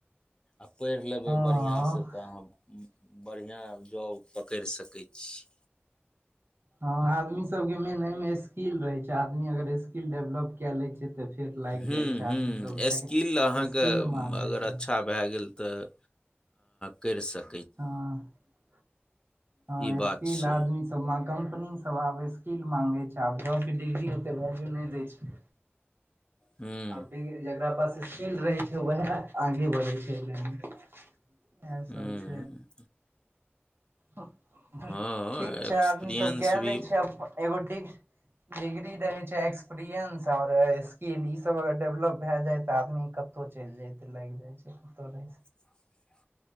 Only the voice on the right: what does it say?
हँ
ह आदमी सब के मेन मे स्किल रहे छै, आदमी अगर स्किल डेवलप क ले छै। तऽ फेर लागि
जाइ छै,
आदमी सब
स्किल
मांगे
छै
ह हँ
स्किल
आदमी सबमे कम्पनी सब आबै किल मांगे छै आब ज के डिग्री ओते वैल्यू नहि दै छै
अब जकरा पास स्किल्ड रहे छै वएह आगे बढ़े छै न इह
सब छै ह
ठीक
छै आदमी सब कए
ले छै एगोी डिग्री रहैत छै एक्सपीरियंस आओर स्किल ईसभ अगर डेवलप भए जाय तऽ आदमी कत कतहु चलि जयते लागि जाय छै कतौ रहि